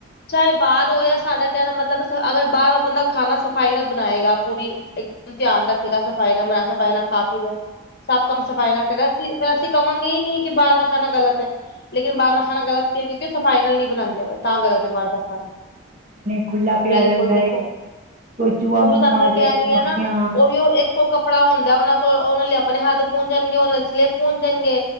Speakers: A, on the left; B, on the right.
A: ਚਾਹੇ ਬਾਹਰ ਹੋ ਜਾਂ ਸਾਡਾ ਕਹਿਿੰਦਾ ਮਤਲਬ। ਤਾਂ ਅਗਰ ਬਾਹਰ ਵਾਰ ਬੰਦਾ ਖਾਣਾ ਸਫ਼ਾਈ ਨਾ ਬਣਾਏਗਾ ਪੂਰੀ। ਇੱਕਦਮ ਧਿਆਨ ਰੱਖੇਗਾ ਸਫ਼ਾਈ ਮ। ਸਫਾਈ ਨਾਲ ਖਾ ਪੀ ਦੇ ਸਭ ਕੰਮ ਸਫ਼ਾਈ ਨਾ ਕਰੇ ਅਸੀਂ ਫੇਰ ਅਸੀਂ ਕਹਾਂਗੇ ਹੀ ਨਹੀਂ। ਕਿ ਬਾਹਰ ਦਾ ਖਾਣਾ ਗ਼ਲਤ ਹੈ। ਲੇਕਿਨ ਬਾਹਰ ਦਾ ਖਾਣਾ ਗਲਤ ਕੀ ਕਿਉਂਕਿ ਉਹ ਸਫਾਈ ਨਲ ਨਹੀਂ ਬਣਾਉਂਦੇ ਤਾਂ ਗਲਤ ਹੈ ਬਾਹਰ ਦਾ ਖਾਣਾ।
B: ਖੁੱਲ੍ਹਲਾ ਪਿਆ
A: ਬਿਲਕੁਲ
B: ਰਹਿੰਦਾ
A: ਦੇਖੋ
B: ਏ ਕੋਈ ਚੂਹਾ
A: ਉਹ
B: ਮੁੂੰਹ
A: ਤੁਹਾਨੂੰ
B: ਮਾਰਦਾ
A: ਮੈਂ ਕਹਿ
B: ਕੋਈ
A: ਰਹੀ
B: ਮੱਖੀਆਂ।
A: ਆ ਨਾ ਵੀ ਉਹ ਇੱਕੋ ਕੱਪੜਾ ਹੁੰਦਾ ਉਹਨਾਂ ਕੋਲ ਉਹਨਾਂ ਲਈ ਆਪਣੇ ਹੱਥ ਪੂੰਜਣਗੇ ਉਹ ਸਲੇਿਪ। ਪੂੰਝਣਗੇ